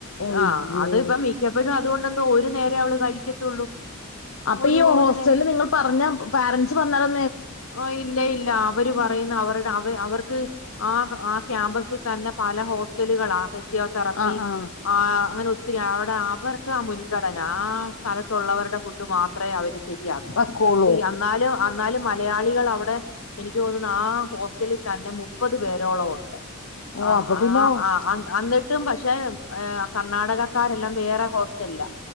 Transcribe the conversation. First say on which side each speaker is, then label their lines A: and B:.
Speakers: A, on the left (about 65°); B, on the left (about 80°).
A: ഒയ്യോ
B: ആഹ് അത്പ്പം മിക്ക അവരും അതുകൊണ്ട് എന്തോ ഒരു നേരെേ അവള് കഴിക്കത്തുള്ളൂ
A: അപ്പൊ
B: ഒരു
A: ഈ
B: ഒരു
A: ഹോസ്റ്റലിൽ നിങ്ങൾ പറഞ്ഞ പാരൻറ്സ് പറഞ്ഞാല്
B: ഓഹ് ഇല്ല ഇല്ല അവർ പറയുന്ന അവരുടെ അവ അവർക്ക് ആഹ് ആഹ് ക്യാമ്പസിൽ തന്നെ പല ഹോസ്റ്റലുകളാ ഫിസിയോ തറപ്പി
A: ആ ആ
B: ആഹ് അങ്ങനെ ഒത്തിരി അവിടെ അവർക്കാ മുൻഗണന ആ സ്ഥലത്തുള്ളവരുടെ ഫുഡ് മാത്രം അത്രേ അവര് ശരിയാക്കും
A: വക്കോളൂ
B: അപ്പൊ അന്നാലും അന്നാലും മലയാളികൾ അവിടെ എനിക്ക് തോന്നുന്നു ആ ഹോസ്റ്റലിൽ തന്നെ മുപ്പത് പേരോളം ഉണ്ട്
A: ഓ
B: ആഹ്
A: അപ്പൊ
B: ആഹ്
A: പിന്നെ
B: ആഹ് ആഹ് അന്ന് കിട്ടും പക്ഷെ ഏഹ് കർണാടകക്കാരെല്ലാം വേറെ ഹോസ്റ്റലിലാ